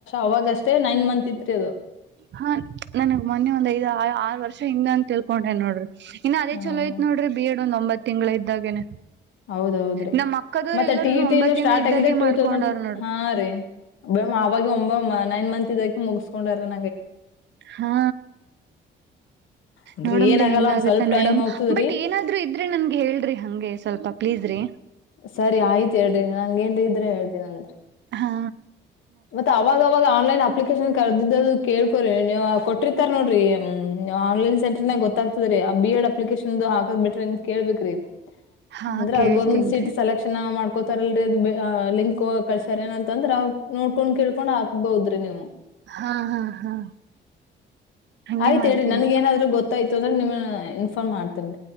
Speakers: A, on the left; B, on the right.
A: ಅವಾಗಷ್ಟೇ ನೈನ್ ಮಂತ್ ತ್ರಿ ಅದು
B: ಹಾ ನನಗ್ ಮೊನ್ನೆ ಒಂದ್ ಐದು ಆರು ವರ್ಷ ಹಂಗ ಅಂತ ತಿಳ್ಕೊಂಡ್ರೆ ನೋಡ್ರಿ ಇನ್ನು ಅದೇ
A: ಹಾ
B: ಚಲೋಯತ್
A: ಹಾ
B: ನೋಡ್ರ ಬಿ ಎಡ್ ಇೊಂದ ಒಂಬತ್ ತಿಂಗಳ ಇದ್ದಾಗೇನೆ
A: ಹೌದೌದ್ರೀ
B: ನಮ್ ಅಕ್ಕದವ್ರ
A: ಮತ್ತೆ
B: ಎಲ್ಲರೂನು
A: ಟಿ ಟ
B: ಒಂಬತ್ ತಿಂಗಳ
A: ಸ್ಟಾರ್ಟ್
B: ಇದ್ದಾಗೆ
A: ಆಗ್ರೆ ಟೂ
B: ಮಾಡ್ಕೊಂಡಾರ
A: ತೌಸ್
B: ನೋಡ್ರಿ
A: ಹಾ ರೀ ಆಾಗ ಒ ನೈನ್ ಮಂತ್ ಇದಕ ಮುಗಿಸಸ್ಕೊಂಡೈ <inaudible>
B: ಹಾ
A: ಅಂದ್ರ
B: ನೋಡಮ್ರಿ
A: ಏನಾಗಲ್ಲ
B: ಹೆಂಗ
A: ಒಂದ್
B: ಆಗತ್ತ
A: ಸ್ವಲ್ಪ
B: ನೋಡಮ
A: ಟೈಮ್ ಹೋಗ್ತದ್ರಿ
B: ಬಟ್ ಏನಾದ್ರು ಇದ್ರೆ ನನ್ಗೆ ಹೇಳ್ರಿ ಹಂಗೆ ಸ್ವಲ್ಪ ಪ್ಲೀಸ್ ರೀ
A: ಸರಿ ಆಯ್ತ್ು ಹೇಳ್ರಿ ನಂಗ ೇನ್ರೀ ಇದ್ರೆ ಹೇಳ್ತೀನ ಅನ್ರಿ
B: ಹಾ
A: ಮತ್ತೆ ಅವಾಗವಾಗ ಆನ್ಲೈನ್ ಅಪ್ಲಿಕೇಶನ್ ಕರದಿದ್ದು ಅದು ಕೇಳ್ಕೋರಿ ನೀವು ಕೊಟ್ಟಿರತಾರ್ ನೋಡ್ರಿ ಹ್ಮ್ ಆನ್ಲೈನ್ ಸಂಟರ್ನಗ ಗೊತ್ತಆಗತದ ರಿ ಬಿ ಎಡ್ ಅಪ್ಲಿಕೇಶನದು ಹಾಕದ ಬಿಟ್ಟರ ಅನ್ ಕೇಳಬೇಕ ರಿ
B: ಹಾ
A: ಅಂದ್ರೆ
B: ಕೇಳ್ತೀನ್ರಿ
A: ಅದು ಗೋರ್ಮೆಂಟ್ ಸೀಟ್ ಸೆಲೆಕ್ಷನ್ ಮಾಡ್ಕೋತಾರಲ್ರಿ ಲಿಂಕ್ ಕ ಕಳಸೇರ ಏನಂತ ಅಂದ್ರ ಅವ ನೋಡ್ಕೊಂಡ್ ಕೆಳಕೊಂಡ ಹಾಕಬಹುದು ರಿ ನೀವು
B: ಹಾ ಹಾ ಹಾ ಹಂಗೆ
A: ಆಯ್ತ್
B: ಮಾಡ್ತೇನ್ರಿ
A: ಹೇಳಿ ನನಗ ಏನಾದ್ರೂ ಗೊತ್ತ ಗೊತ್ತ್ ಆಯ್ತು ಅಂದ್ರೆ ನಿಮಗೆ ಇನ್ಫಾರ್ಮ್ ಮಾಡತೀನಿ